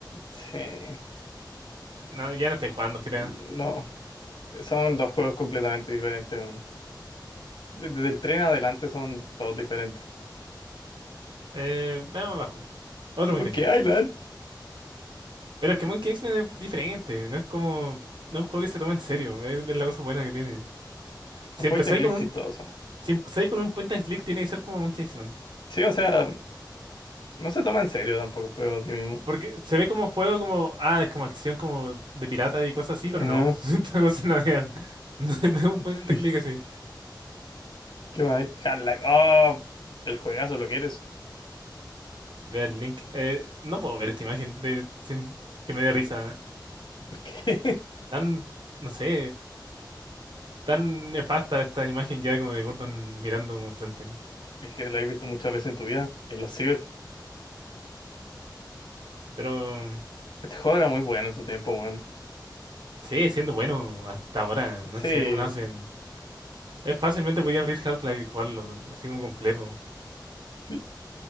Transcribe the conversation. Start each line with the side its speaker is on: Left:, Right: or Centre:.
Left: Sí.
Right: No, ya no estáis jugando GTA.
Left: No, son dos juegos completamente diferentes, weón. Desde el tren adelante son todos diferentes.
Right: Eh, veamos abajo. Otro
Left: Monkey
Right: point and click.
Left: Island.
Right: Pero es que Monkey Island es diferente. No es como. No es un juego que se toma en serio. Es, es la cosa buena que tiene. Si
Left: Un
Right: empezáis
Left: point and click
Right: con un.
Left: chistoso.
Right: Si empezáis con un point and click, tiene que ser como Monkey Island.
Left: Sí, o sea, no se toma en serio tampoco el juego en sí mismo.
Right: Porque se ve como juego como. Ah, es como acción como de pirata y cosas así,
Left: Ajá.
Right: pero no. <laughs> Esta cosa no es. No, es no es un point
Left: <laughs>
Right: and click así.
Left: ¿Qué más hay? Half-Life. Oh, el juegazo lo quieres.
Right: ve el link. Eh, no puedo ver esta imagen de, sin que me dé risa.
Left: ¿Por qué? <laughs>
Right: Tan. No sé. Tan nefasta esta imagen ya como de Gordon mirando como enfrente.
Left: Es que lo has visto muchas veces en tu vida. En los ciber.
Right: Pero.
Left: Este juego era muy bueno en su tiempo, weón.
Right: Sigue siendo bueno hasta ahora. No
Left: Sí,
Right: sé cómo lo hacen. Es fácilmente podía abrir Half-Life y jugarlo, ¿no? así como completo.
Left: sí.